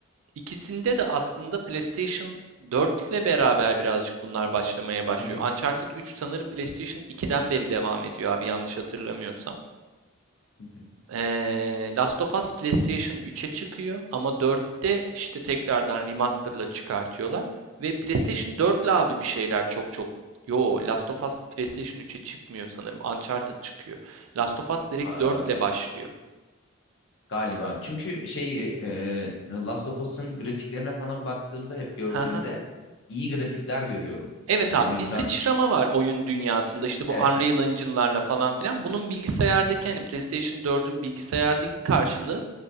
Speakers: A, on the right; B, on the left.
A: ikisinde de aslında PlayStation 4 ile beraber birazcık bunlar başlamaya başlıyor.
B: Hı hı,
A: Uncharted 3 sanırım PlayStation 2'den beri devam ediyor abi yanlış hatırlamıyorsam.
B: hı hı.
A: Ee, Last of Us PlayStation 3'e çıkıyor ama 4'te işte tekrardan remaster'la çıkartıyorlar. Ve PlayStation 4'le abi bir şeyler çok çok. Yo, Last of Us PlayStation 3'e çıkmıyor sanırım. Uncharted çıkıyor. Last of Us direkt
B: Aa,
A: 4'le başlıyor.
B: galiba. Çünkü şey e, Last of Us'ın grafiklerine falan baktığımda hep gördüğümde
A: Hı hı.
B: iyi grafikler görüyorum.
A: Evet
B: Yani
A: abi
B: o yüzden
A: bir sıçrama var oyun dünyasında işte bu
B: evet
A: Unreal Engine'larla falan filan. Bunun bilgisayardaki hani PlayStation 4'ün bilgisayardaki karşılığı